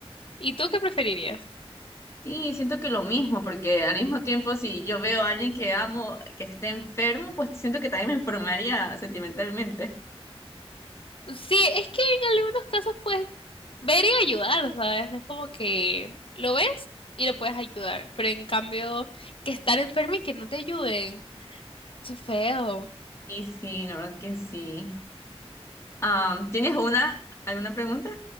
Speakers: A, on the left; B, on the left.
A: ¿Y tú qué preferirías?
B: Sí, siento que lo mismo, porque al mismo tiempo si yo veo a alguien que amo que esté enfermo, pues siento que también me enfermaría sentimentalmente.
A: Sí, es que en algunos casos puedes ver y ayudar, ¿sabes? No es como que lo ves y lo puedes ayudar, pero en cambio que estar enfermo y que no te ayuden, eso es feo.
B: Y sí, la verdad que sí. Am, ¿tienes una, alguna pregunta?